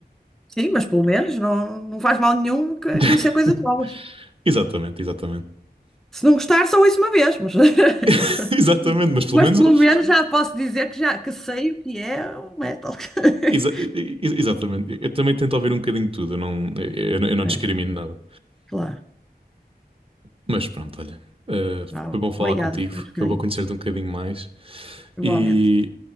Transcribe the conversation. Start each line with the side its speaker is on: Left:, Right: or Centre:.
Centre: Sim, mas pelo menos não, não faz mal nenhum que-
Right: <laughs>
Centre: conhecer coisas novas.
Right: Exatamente, exatamente.
Centre: Se não gostar, só isso uma vez, mas. <laughs>
Right: <laughs> Exatamente, mas pelo
Centre: Mas
Right: menos
Centre: pelo
Right: ouves.
Centre: menos já posso dizer que já que sei o que é o metal. <laughs>
Right: Exa- e- e- exatamente. Eu também tento ouvir um bocadinho de tudo, eu não, eu, eu não
Centre: É,
Right: discrimino nada.
Centre: claro.
Right: Mas pronto, olha, eh,
Centre: Não,
Right: foi bom falar
Centre: obrigada
Right: contigo,
Centre: por este bocadinho.
Right: foi bom conhecer-te um bocadinho mais.
Centre: Igualmente.
Right: E,